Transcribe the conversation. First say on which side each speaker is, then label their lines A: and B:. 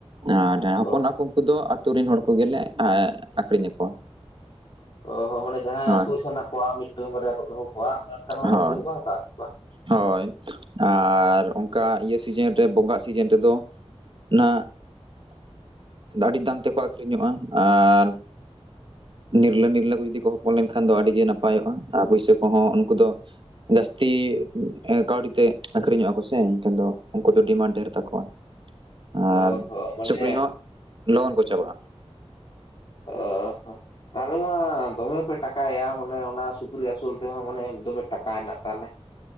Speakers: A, on the right; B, on the left.
A: ᱟᱨ
B: ᱚ
A: ᱦᱚᱯᱚᱱᱚᱜ-ᱟ ᱠᱚ ᱩᱱᱠᱩ ᱫᱚ ᱟᱛᱩᱨᱮᱱ ᱦᱚᱲ ᱠᱚᱜᱮ ᱞᱮ ᱟᱠᱷᱨᱤᱧ ᱟᱠᱚᱣᱟ᱾
B: ᱳ ᱦᱳ ᱢᱟᱱᱮ ᱡᱟᱦᱟᱸᱭ
A: ᱦᱳᱭ
B: ᱟᱥᱩᱞ ᱥᱟᱱᱟ ᱠᱚᱣᱟ ᱢᱤᱫᱴᱝ ᱵᱟᱨᱭᱟ ᱠᱚ ᱫᱚᱦᱚ ᱠᱚᱣᱟ ᱚᱱᱮ ᱚᱱᱠᱟᱱ ᱦᱚᱲ
A: ᱦᱳᱭ
B: ᱩᱱᱠᱩ ᱫᱚᱠᱚ ᱦᱟᱛᱟᱣ ᱤᱫᱤ ᱠᱚᱣᱟ᱾
A: ᱦᱳᱭ ᱟᱨ ᱚᱝᱠᱟ ᱤᱭᱟᱹ ᱥᱤᱡᱮᱱ ᱨᱮ ᱵᱚᱸᱜᱟᱜ ᱥᱤᱡᱮᱱ ᱨᱮᱫᱚᱼᱼ ᱱᱟᱜ ᱟᱹᱰᱤ ᱫᱟᱢ ᱛᱮᱠᱚ ᱟᱠᱷᱨᱤᱧᱚᱜ-ᱟ, ᱟᱨᱼᱼ ᱱᱤᱨᱞᱟᱹ-ᱱᱤᱨᱞᱟᱹ ᱠᱚ ᱡᱩᱫᱤ ᱠᱚ ᱦᱚᱯᱚᱱ ᱞᱮᱱᱠᱷᱟᱱ ᱫᱚ ᱟᱹᱰᱤ ᱜᱮ ᱱᱟᱯᱟᱭᱚᱜ-ᱟ ᱟᱨ ᱯᱩᱭᱥᱟᱹ ᱠᱚᱦᱚᱸ ᱩᱱᱠᱩ ᱫᱚᱼᱼ ᱡᱟᱹᱥᱛᱤᱼᱼ ᱠᱟᱹᱣᱰᱤᱛᱮ ᱟᱠᱷᱨᱤᱧᱚᱜ-ᱟ ᱠᱚᱥᱮ ᱮᱱᱠᱷᱟᱱ ᱫᱚ ᱩᱱᱠᱩ ᱫᱚ ᱰᱤᱢᱟᱱᱰ ᱰᱷᱮᱨ ᱛᱟᱠᱚᱣᱟ᱾ ᱟᱨ
B: ᱚ ᱦᱚ ᱢᱟᱱᱮ
A: ᱥᱩᱠᱨᱤ ᱦᱚᱸ ᱞᱚᱜᱚᱱ ᱠᱚ ᱪᱟᱵᱟᱜ-ᱟ᱾
B: ᱚᱻ ᱦᱚᱸ ᱛᱟᱦᱞᱮ ᱢᱟ ᱫᱚᱢᱮ ᱯᱮᱼᱼ ᱴᱟᱠᱟᱭᱼᱟ ᱢᱟᱱᱮ ᱚᱱᱟ ᱥᱩᱠᱨᱤ ᱟᱹᱥᱩᱞ ᱛᱮᱦᱚᱸ ᱢᱟᱱᱮ ᱫᱚᱢᱮ ᱴᱟᱠᱟ ᱦᱮᱱᱟᱜ ᱛᱟᱦᱚᱞᱮ᱾